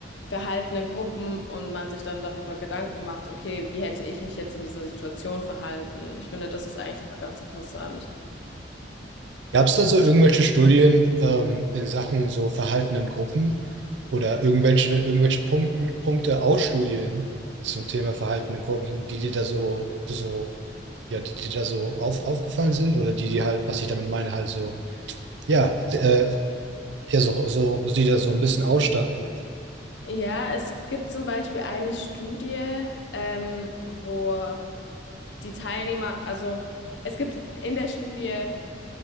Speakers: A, on the left; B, on the right.
A: Verhalten in Gruppen und man sich dann darüber Gedanken macht, okay, wie hätte ich mich jetzt in dieser Situation verhalten? Ich finde, das ist eigentlich immer ganz interessant.
B: Gab es da so irgendwelche Studien ähm, in Sachen so Verhalten in Gruppen oder irgendwelche, irgendwelche Punkten, Punkte aus Studien zum Thema Verhalten in Gruppen, die dir da so, so, ja, die dir da so auf, aufgefallen sind oder die dir halt, was ich damit meine, halt so, ja, äh, ja, so, so, die da so ein bisschen ausstanden?
A: Ja, es gibt zum Beispiel eine Studie, ähm, wo die Teilnehmer, also es gibt in der Studie